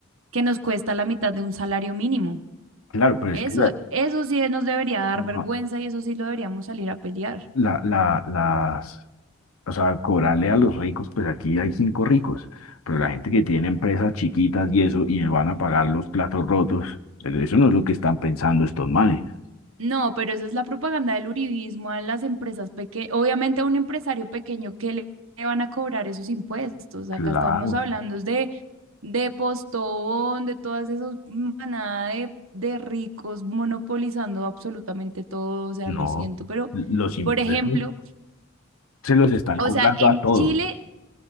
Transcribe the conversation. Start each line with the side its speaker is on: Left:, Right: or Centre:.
Right: que nos cuesta la mitad de un salario mínimo.
Left: Claro, pero
Right: Eso,
Left: es que Claro.
Right: eso sí nos debería dar
Left: no,
Right: vergüenza y eso sí lo deberíamos salir a pelear.
Left: la, la, las, o sea, cobrarle a los ricos, pues aquí hay cinco ricos, pero la gente que tiene empresas chiquitas y eso, y van a pagar los platos rotos, pues eso no es lo que están pensando estos manes.
Right: No, pero eso es la propaganda del uribismo a las empresas pequeñas. Obviamente a un empresario pequeño, que le le van a cobrar esos impuestos? Acá
Left: Claro,
Right: estamos hablando de, de Postobón, de todas esas manadas de, de ricos monopolizando absolutamente todo. O sea,
Left: no,
Right: lo siento, pero,
Left: los impuestos
Right: por ejemplo,
Left: se los están
Right: o
Left: cobrando
Right: sea, en
Left: a todos.
Right: Chile